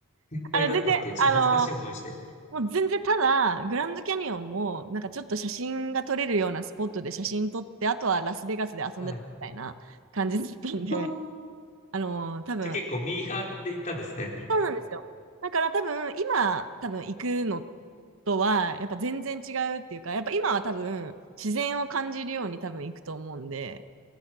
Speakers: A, on the left; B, on the right.
A: 先輩だったっていう、
B: あの、全然、
A: ちょっと恥ずかしい思いして。
B: あの、もう全然ただ、グランドキャニオンも、なんかちょっと写真が撮れるようなスポットで写真撮って、あとはラスベガスで遊んでたみたいな感じだったんで、
A: はい。<laughs>
B: あのー多分、
A: じゃあ結構ミーハーで行ったんですね。
B: そうなんですよ。だから多分、今、多分行くのとは、やっぱ全然違うっていうか、やっぱ今は多分、自然を感じるように多分行くと思うんで、